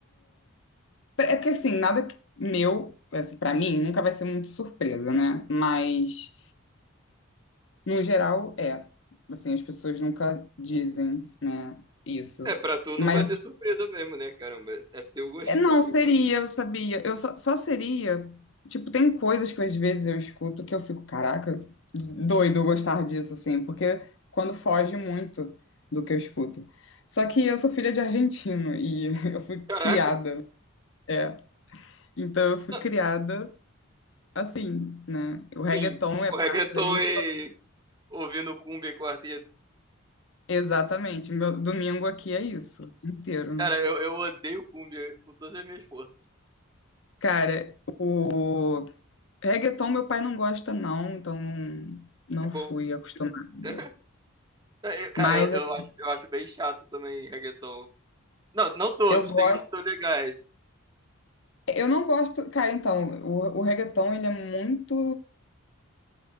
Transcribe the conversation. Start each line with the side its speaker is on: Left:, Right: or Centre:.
Left: É porque, assim, nada que- meu, assim, pra mim, nunca vai ser muito surpresa, né? Mas, no geral, é. Assim, as pessoas nunca dizem, né, isso.
Right: É, pra tu
Left: Mas
Right: não vai ser surpresa mesmo, né, caramba? É teu gosto.
Left: É, não seria, eu sabia. Eu só, só seria. Tipo, tem coisas que às vezes eu escuto que eu fico, caraca, doido eu gostar disso, assim, porque quando foge muito do que eu escuto. Só que eu sou filha de argentino e <laughs> eu fui
Right: Caraca.
Left: criada, é. Então eu fui
Right: Não,
Left: criada assim, né? O reggaeton
Right: sim,
Left: é
Right: com
Left: parte
Right: reggaeton
Left: da minha.
Right: e ouvindo cumbia e quarteto.
Left: Exatamente. Meu domingo aqui é isso, o dia inteiro.
Right: Cara, eu, eu odeio cumbia com todas as minhas forças.
Left: Cara, o Reggaeton meu pai não gosta não, então não, não
Right: Que
Left: fui
Right: bom.
Left: acostumada.
Right: <laughs> Eu, cara,
Left: Mas
Right: eu,
Left: assim,
Right: eu acho, eu acho bem chato também reggaeton. Não, não todos,
Left: eu gosto,
Right: tem uns que são legais.
Left: eu não gosto, cara, então, o, o reggaeton ele é muito,